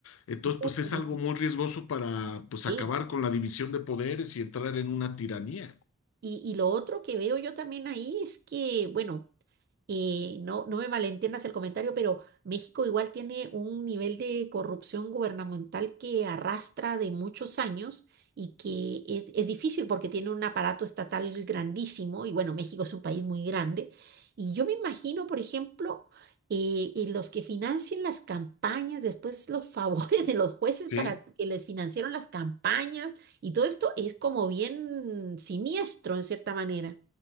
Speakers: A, on the left (about 70°); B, on the right (about 45°).
A: Entonces,
B: Uy,
A: pues es algo muy riesgoso para pues
B: sí.
A: acabar con la división de poderes y entrar en una tiranía.
B: Y, y lo otro que veo yo también ahí es que, bueno, eh, no, no me malentiendas el comentario, pero México igual tiene un nivel de corrupción gubernamental que arrastra de muchos años y que es, es difícil porque tiene un aparato estatal grandísimo y bueno, México es un país muy grande. Y yo me imagino, por ejemplo, eh, eh, los que financian las campañas, después los <laughs> favores de los jueces
A: Sí,
B: para que les financiaron las campañas y todo esto es como bien siniestro en cierta manera.